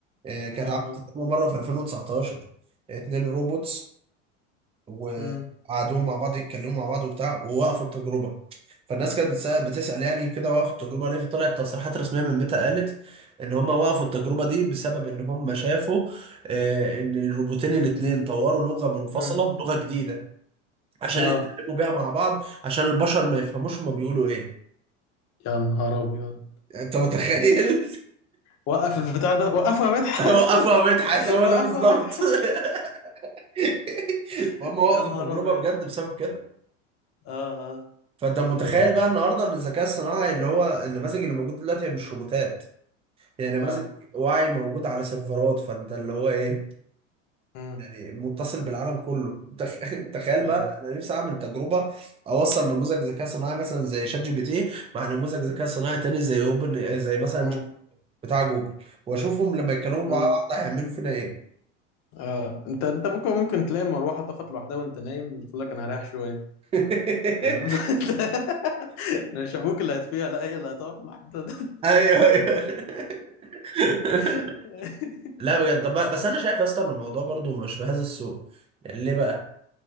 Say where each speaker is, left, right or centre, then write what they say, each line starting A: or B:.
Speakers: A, on the right; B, on the left.
A: اه، كانت
B: اه آه.
A: عملت تجربة مرة في 2019 اتنين روبوتس وقعدوا
B: م-
A: مع بعض يتكلموا مع بعض وبتاع ووقفوا التجربه فالناس كانت بتسأل, بتسأل يعني كده وقفوا التجربه ليه فطلعت تصريحات رسميه من ميتا قالت ان هم وقفوا التجربه دي بسبب ان هم شافوا آه، ان الروبوتين الاتنين طوروا لغه منفصله
B: م.
A: لغه جديده عشان
B: اه
A: يتكلموا بيها مع بعض عشان البشر ما يفهموش هما بيقولوا ايه
B: يا نهار ابيض
A: انت متخيل
B: وقف البتاع ده وقفه يا مدحت
A: <laughs> وقفوا يا
B: <laughs>
A: مدحت هو
B: وقفه
A: ده بالظبط
B: يا مدحت
A: <laughs>
B: <laughs>
A: هم وقفوا
B: يا نهار
A: التجربه
B: ابيض
A: بجد بسبب كده
B: اه
A: فانت متخيل
B: اه اه
A: بقى النهارده ان الذكاء الصناعي اللي هو النماذج اللي موجود دلوقتي هي مش روبوتات يعني
B: آه.
A: نماذج
B: آه.
A: وعي موجود على سيرفرات فانت اللي هو ايه
B: م.
A: يعني متصل بالعالم كله تخ- <laughs> تخيل
B: أيوة.
A: بقى انا نفسي اعمل تجربه اوصل نموذج ذكاء صناعي مثلا زي شات جي بي تي مع نموذج ذكاء صناعي تاني زي اوبن زي مثلا
B: امم
A: ج- بتاع جوجل واشوفهم لما يتكلموا مع
B: امم
A: بعض هيعملوا فينا ايه
B: آه. انت انت ممكن ممكن تلاقي المروحه طفت لوحدها وانت نايم بتقول لك انا هريح شويه
A: <laughs>
B: فاهم <laughs> مش ابوك اللي هتفيها لا هي اللي هتقف لوحدها
A: ايوه ايوه <laughs>
B: <laughs>
A: لا بجد طب بس انا شايف يا اسطى ان الموضوع برضو مش بهذا السوء يعني ليه بقى